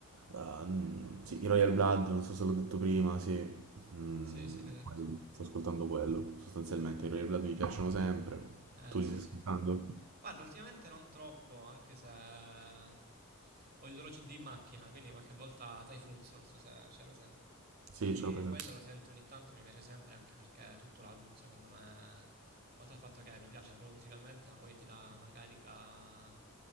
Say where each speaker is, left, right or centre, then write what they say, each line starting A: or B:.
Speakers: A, on the right; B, on the right.
A: ehm, sì, i Royal Blood, non so se l'ho detto prima, sì, Mm,
B: Sì, sì, l'hai detto.
A: quello. Sto ascoltando quello, sostanzialmente i Royal Blood mi piacciono sempre,
B: Eh,
A: tu li
B: sì,
A: stai
B: sì.
A: ascoltando?
B: Guarda, ultimamente non troppo, anche se ho il loro CD in macchina, quindi qualche volta Typhoons, non so se c'è presente.
A: Sì,
B: Quindi
A: ce l'ho presente.
B: quello lo sento ogni tanto, mi piace sempre, anche perché tutto l'album, secondo me, oltre al fatto che mi piace proprio musicalmente, ma poi ti dà una carica